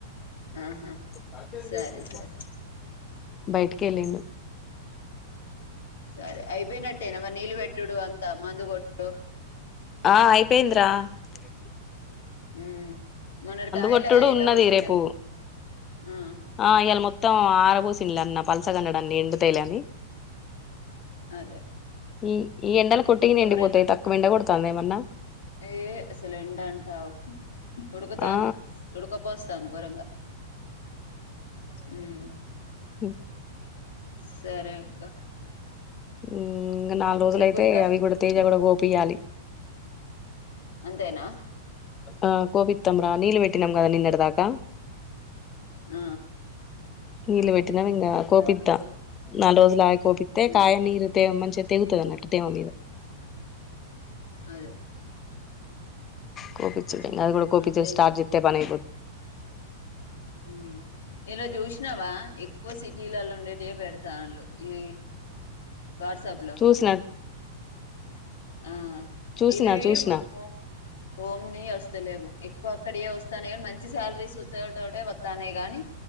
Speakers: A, on the left; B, on the left.
A: ఆహా
B: పస
A: సరే సరే
B: మ బయటికి వెళ్ళిండు
A: సరే అయిపోయినట్టేనా మరి నీళ్ళ పెట్టుడు అంతా మందు కొట్డుడు
B: ఆ అయిపోయింద్రా అ
A: ఉ మన్నడుకియలే
B: కొట్టుడు
A: అయింట
B: ఉన్నది
A: పోశలేమ్మ
B: రేపు
A: ఆ
B: ఆ ఇయాల మొత్తం ఆరబూసినలన్న పలసగండడాన్ని ఎండుతలని
A: అదే
B: ఈ ఈ ఎండలకు కొట్టికిండి
A: ఒక
B: పోతయి
A: రెండు
B: తక్కు ఎండాకో ఏమ్మన్న
A: ఏ సిలెఎండటావు ఉడుకుతాంది
B: ఆ
A: ఉడకపోస్తాంది గురం ఉమ్
B: హమ్
A: సరే అక్క
B: ఉ ఇంకా నాలుగు రోజులైతే
A: చెప్పు ఇంకా
B: అవి కూడా తేజ కూడా గోపియాలి
A: అంతేనా
B: ఆ కోవితం నీలవెటినం కాదా నిన్నటి దాకా
A: ఆ
B: నీలబెట్ పెట్టునా గా కోపిత్తా
A: అ-
B: నాలుగు రోజులా ఆగి కోపితే
A: ఉమ్,
B: కాయనీరు తేవ మంచిగా తెగుతుంది అన్నట్టు తేమ మీద
A: అదే
B: కోపి అది కూడా కోపి
A: అంతేలే
B: స్టార్ట్ చేతే పని
A: హ్మ్మ్ ఇలో చూసినావా ఎక్కువ సిటీలలో ఉండేటే పెడతాండు ఈ వాట్సాప్ లో
B: చూసిన
A: ఆ
B: చూసిన
A: ఇవి
B: చూసిన
A: హో హోమ్ ని వస్తలేము ఎక్కువ అక్కడయ వస్తానే కానీ మంచి శాలరీస్ వోట వస్తానే గాని